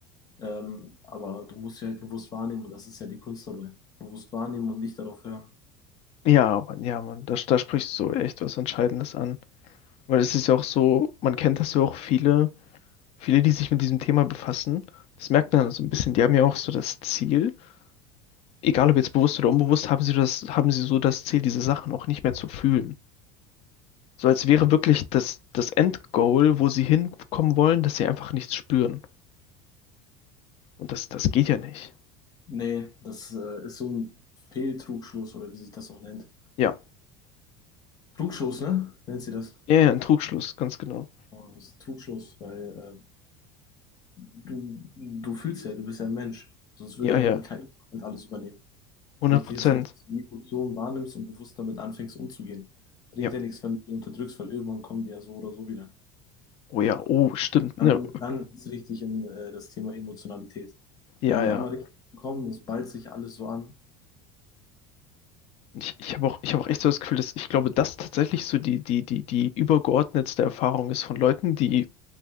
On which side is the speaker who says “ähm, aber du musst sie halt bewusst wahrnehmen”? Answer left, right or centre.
Left